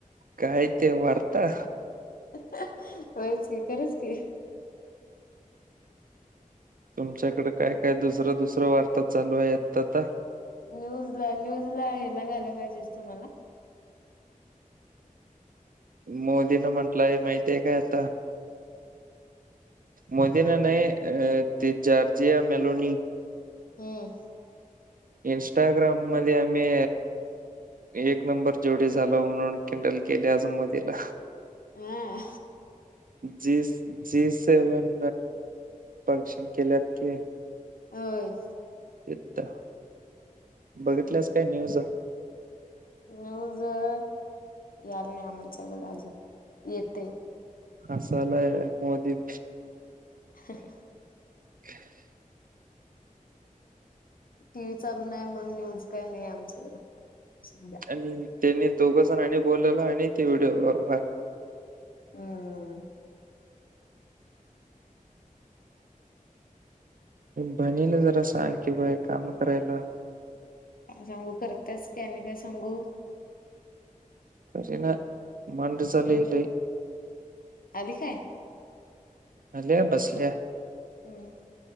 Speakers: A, on the right; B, on the left.
A: काय ते वार्ता?
B: अ हं होयच की खरंच की.
A: तुमच्याकडं काय काय दुसर दुसर वार्ता चालू आहे आता आता.
B: न्यूजला न्यूजला येला घालाय पाहिजेस का तुम्हाला.
A: मोदी न म्हणटलंय माहितीय काय आता? मोदी न नाय अ ते जॉर्जिया मेलोनी
B: हम्ं!
A: इन्स्टाग्राम मध्ये आम्ही एक नंबर जोडी झालो म्हणून किंडल केली आज मोदीला.
B: आ!
A: जी जी सेवन फंक्शन केल्यात की
B: होय.
A: तिथं बघितल्यास
B: हम्म
A: काय न्यूज.
B: न्यूज येत याल नाही आमच्याकडे अजून येतय.
A: हसालाय मोदी.
B: <inaudible>
A: <inaudible>
B: टी व्ही चालू नाही म्हणून न्यूज काही आमच्याकडं आता सध्या.
A: आणि त्यांनी दोघ जणांनी बोलवलं आणि तेवढ वर
B: हम्ं!
A: बहिणीला जरा सांग की बाय काम करायला.
B: सांगू करतीयाच आणि काय सांगू?
A: तसे नाय मंडे चा
B: हम्म
A: लय येतंय <unintelligible>
B: आली काय?
A: आल्या बसल्या.
B: हम्ं!